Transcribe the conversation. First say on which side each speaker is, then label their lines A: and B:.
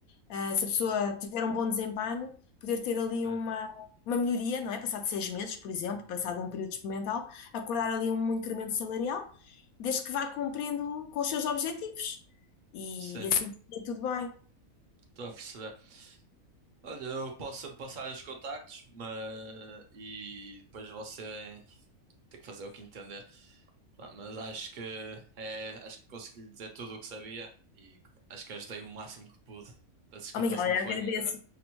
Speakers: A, on the left; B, on the right.
A: ah, se a pessoa
B: uhum,
A: tiver um bom desempenho, poder ter ali
B: sim.
A: uma, uma melhoria, não é? Passado seis meses, por exemplo, passado um período experimental, acordar ali um incremento salarial, desde que vá cumprindo com os seus objetivos. E,
B: Sim,
A: e assim fica tudo bem.
B: estou a perceber. Olha, eu posso passar os contactos, mas. E depois você tem que fazer o que entender. Pá, Mas acho que é, acho que consegui lhe dizer tudo o que sabia e acho que ajudei o máximo que pude. Peço desculpa
A: Oh, Miguel,
B: se
A: eu
B: não foi
A: agradeço.
B: o melhor.